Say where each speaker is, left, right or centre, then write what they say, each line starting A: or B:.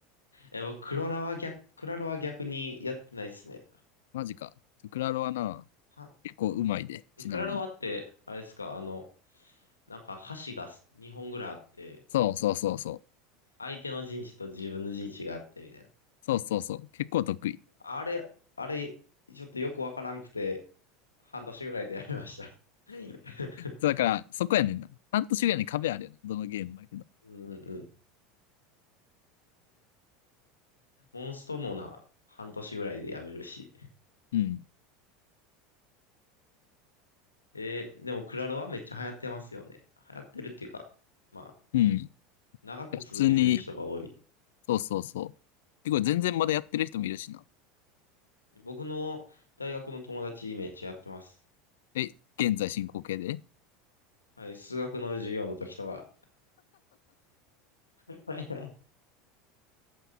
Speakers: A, on the left; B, on the left.
A: え、僕、クロラは逆、クラロは逆にやってないですね。
B: マジか。クラロワな、
A: は、
B: 結構うまいで、
A: えクラロワって、
B: ちなみに。
A: あれですか、あの、なんか箸が2本ぐらいあって、
B: そうそうそうそう。
A: 相手の陣地と自分の陣地があってみたいな。
B: そうそうそう。結構得意。
A: あれ、あれ、ちょっとよくわからんくて、半年ぐらいでやめました。<laughs>
B: そうだから、そこやねんな。半年ぐらいに壁あるよな。どのゲームだけど。
A: うんうんうん。モンストもな、半年ぐらいでやめるし。
B: うん。
A: えーでもクラロワめっちゃ流行ってますよね。流行ってるっていうか、まあ、
B: うん。
A: 長く続けてる人が多い。
B: 普通に、そうそうそう。結構全然まだやってる人もいるしな。
A: 僕の大学の友達めっちゃやってます。
B: え、現在進行形で
A: はい、数学の授業の時とか。<laughs>